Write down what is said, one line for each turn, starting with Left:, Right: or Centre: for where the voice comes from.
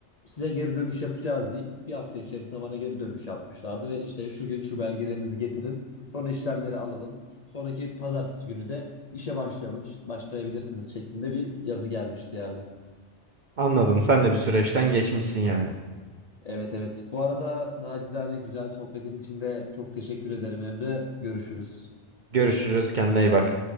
Left: size geri dönüş yapacağız deyip bir hafta içerisinde bana geri dönüş yapmışlardı. Ve işte şu gün şu belgelerinizi getirin. Sonra işlemleri alalım. Sonraki pazartesi günü de işe başlayalım, başlayabilirsiniz şeklinde bir yazı gelmişti yani.
Right: Anladım. Sen de bir süreçten geçmişsin yani.
Left: Evet evet. Bu arada nacizane güzel sohbetin içinde çok teşekkür ederim Emre. Görüşürüz.
Right: Görüşürüz. Kendine iyi bak.